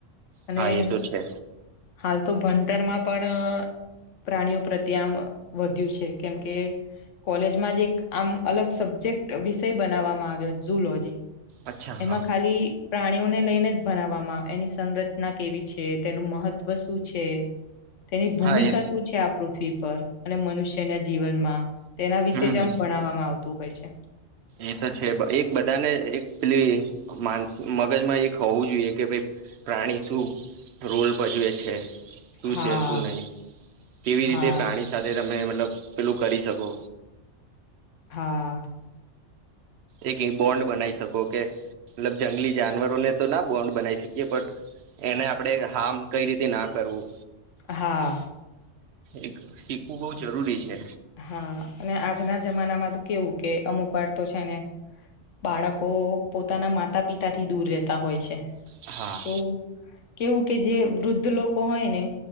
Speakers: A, on the left; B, on the right.
A: અને
B: હા એ તો છે
A: હાલ તો ભણતરમાં પણ અહ પ્રાણીઓ પ્રત્યે આમ વધ્યું છે કેમકે કોલેજમાં જ એક આમ અલગ સબ્જેક્ટ વિષય બનાવવામાં આવ્યો જુ લોજી.
B: અચ્છા
A: એમાં
B: હા
A: ખાલી પ્રાણીઓને લઈને જ ભણાવામાં, એની સંરચના કેવી છે, તેનું મહત્વ શું છે? તેની ભૂમિકા
B: હા એ
A: શું છે આ પૃથ્વી પર અને મનુષ્યના જીવનમાં? તેના વિશે
B: હમ
A: જ આમ ભણવામાં આવ તું કઈ છે
B: એ તો છે, એક બધાને એક પેલી માનસ મગજમાં એક હોવું જોઈએ કે ભાઈ પ્રાણી શું રોલ ભજવે છે? શું
A: હા
B: છે, શું નહી? કેવી
A: હા
B: રીતે પ્રાણી સાથે તમે મતલબ પેલું કરી શકો.
A: હા.
B: એક એ બોન્ડ બનાઈ શકો કે મતલબ જંગલી જાનવરોને તો ના બોન્ડ બનાઈ શકીએ બટ એને આપડે હાર્મ કઈ રીતે ના કરવું.
A: હા.
B: એ શીખવું બઉ જરૂરી છે.
A: હા, અને આજના જમાનામાં તો કેવું કે અમુક વાર તો છે ને બાળકો પોતાના માતા-પિતાથી દૂર રહેતા હોય છે.
B: હા
A: તો કેવું કે જે વૃદ્ધ લોકો હોય ને